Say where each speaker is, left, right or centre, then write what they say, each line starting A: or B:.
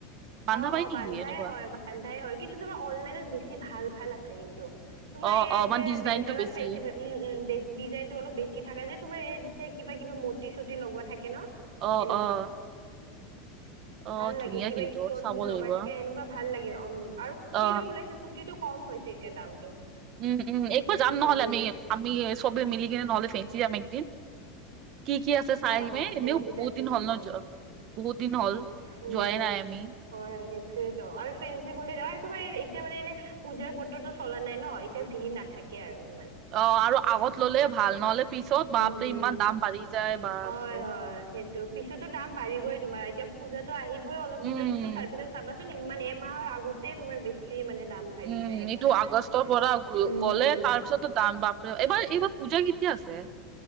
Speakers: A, on the right; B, on the right.
A: বান্ধা
B: অ',
A: পাই
B: অ'
A: নেকি
B: বান্ধাই
A: এনেকুৱা?
B: হয় বন্ধাই হয় কিন্তু তোমাৰ অনলাইনত বেছি ভাল ভাল আছে কিন্তু, তোমাৰ
A: অ
B: এই
A: অ
B: যে
A: মান ডিজাইনটো
B: বেলতলাৰ
A: বেছি।
B: ফে উম', উম' ডি ডিজাইনটো অলপ বেছি থাকে যে তোমাৰ এই যে কিবা -কিবি ৰ্মূৰ্টী- চূৰ্টী লগোৱা থাকে ন?
A: অ',
B: সেনেকুৱা
A: অ'। অ
B: ভাল লাগে,
A: ধুনীয়া
B: কিবা
A: কিন্তু
B: ষ্টন
A: চাব
B: বোৰ
A: লাগিব।
B: লগাই থাকে এনেকুৱা ভাল লাগে। উম' আৰু কুৰ্টীৰো
A: অ
B: ওলাইছে কুৰ্টীটোক কম হৈছে এতিয়া দামটো,
A: উম', উম'
B: খুটিৰটো
A: একবাৰ যাম নহ'লে
B: কমিছে
A: আমি আমি চবেই মিলি কিনে নহ'লে ফেন্সী যাম একদিন কি কি আছে চাই
B: অ
A: আহিমে
B: অ ফেঞ্চি
A: এনেও
B: যাই
A: বহুত
B: কিনে
A: দিন হ'ল
B: ল'ম
A: ন, যোৱা বহুত দিন হ'ল
B: উম
A: যোৱাই
B: উম
A: নাই আমি
B: হয়', সেইটোয়েতো আৰু ফেন্সী গ'লে আৰু তোমাৰ এতিয়া মানে, এনে পূজাৰ বতৰতটো চলা নাই ন, এতিয়া ভিৰ নাথাকে আৰু ইমান।
A: অ' আৰু আগত ল'লে ভাল, নহলে পিছত
B: উম
A: বাপৰে
B: উম
A: ইমান দাম বাঢ়ি যায় বাপৰে!
B: হয় হয়', সেইটো পিছতো দাম বাঢ়িবই তোমাৰ এতিয়া পূজাতো আহিবই অলপ
A: উম
B: দিনৰ পিছত তাৰ পিছত চাবাচ চোন ইমান এমাহৰ আগতেই তোমাৰ বেছি মানে দাম বাঢ়ি
A: উম',
B: যায় সেইকাৰণে
A: এইটো আগষ্টৰ পৰা গ
B: উম
A: গ'লে
B: উম
A: তাৰ পিছতে দাম বাপ ত', এইবাৰ এইবাৰ পূজা কেতিয়া আছে?